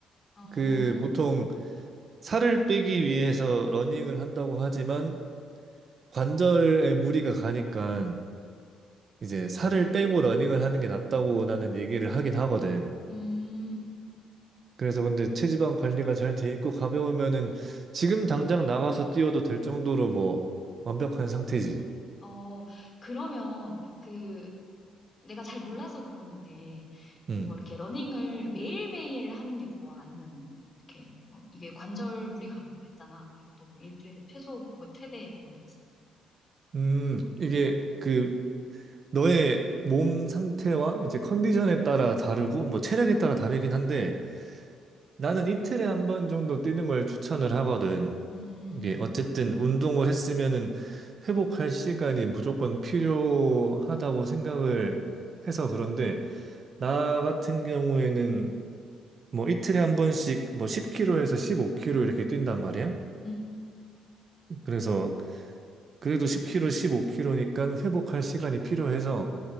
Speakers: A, on the left; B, on the right.
A: 어,
B: 그 보통 살을 빼기 위해서 러닝을 한다고 하지만 관절에 무리가 가니까 이제 살을 빼고 러닝을 하는 게 낫다고 나는 얘기를 하긴 하거든.
A: 음,
B: 그래서 근데 체지방 관리가 잘 돼 있고 가벼우면은 지금 당장 나가서 뛰어도 될 정도로 뭐 완벽한 상태지.
A: 어, 그러면 그 내가 잘 몰라서 그러는데
B: 음.
A: 뭐 이렇게 러닝을 매일매일 하는 게 좋아? 아니면 뭐 이렇게 뭐 이게 관절 무리가 간다고 했잖아. 이것도 뭐 일주일에 최소 뭐 최대 이런 게 있어?
B: 음, 이게 그 너의 몸 상태와 이제 컨디션에 따라 다르고 뭐 체력에 따라 다르긴 한데 나는 이틀에 한 번 정도 뛰는 걸 추천을 하거든.
A: 음,
B: 이게 어쨌든 운동을 했으면은 회복할 시간이 무조건 필요하다고 생각을 해서 그런데 나 같은 경우에는 뭐 이틀에 한 번씩 뭐 10km에서 1 5 k 로 이렇게 뛴단 말이야.
A: 음,
B: 그래서 그래도 10km, 15km니까 회복할 시간이 필요해서